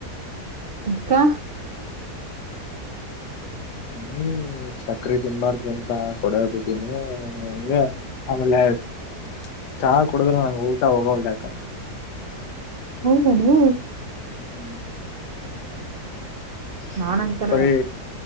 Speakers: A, on the right (about 55°); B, on the left (about 90°).
A: ಹಕ್ಕಾ
B: ಹ್ಮ್ ಸಕ್ರೆ ತಿನ್ಬಾರ್ದು ಅಂತ ಕೊಡಬಟ್ಟೀನಿ ಹಗೆ ಆಮೇಲೆ ಆಯತು ಚಾ ಕುಡುದ್ರ ನಂ ಊಟ ಹೋಗವಲ್ದಕ
A: ಹೌದನು
B: ಹ್ಮ್
A: ನಾನ್ಂಕಾರೆ
B: ಬರೀ